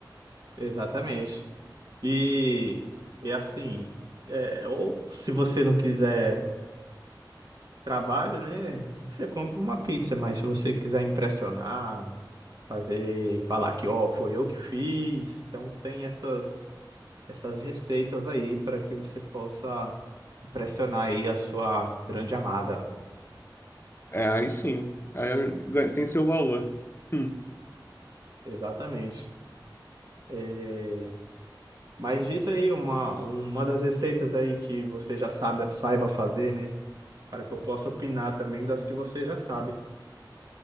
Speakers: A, on the right; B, on the left.
A: Exatamente. E, e assim, é, ou se você não quiser trabalho, né? Você compra uma pizza, mas se você quiser impressionar, fazer, falar que, ó, foi eu que fiz, então tem essas, essas receitas aí para que você possa impressionar aí a sua grande amada.
B: É, aí sim, aí eu- ganha- tem seu valor. Hum.
A: Exatamente. É, mas diz aí uma, uma das receitas aí que você já sabe, saiba fazer, né? Para que eu possa opinar também das que você já sabe.